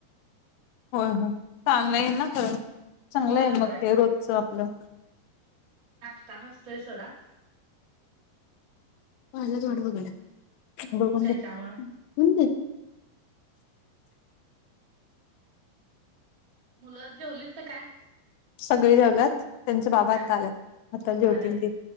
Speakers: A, on the left; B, on the right.
A: होय होय <unintelligible>
B: होय होय
A: रोचं आपलं.
B: नाष्टा नसतोय सोडा.
A: <unintelligible>
B: त्याच्यामुळं मुलं जेवलीत का काय.
A: सगळे जेवल्यात त्यांचे बाबा
B: ह
A: आता आल्यात, आता जेवतील
B: आल्यात
A: ते.